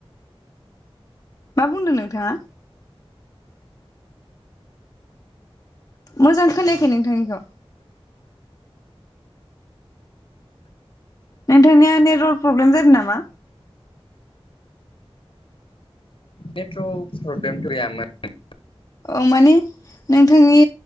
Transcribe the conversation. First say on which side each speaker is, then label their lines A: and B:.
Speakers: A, on the left; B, on the left.
A: मा बुंदों नोंथाङा? मोजां खोनाया खौ नोंथांनिखौ? नोंथांनिया नेटवारक प्रब्लेम जादों नामा?
B: नेटवर्क प्रब्लेमथ' गैयामोन ।
A: औ माने नोंथांनि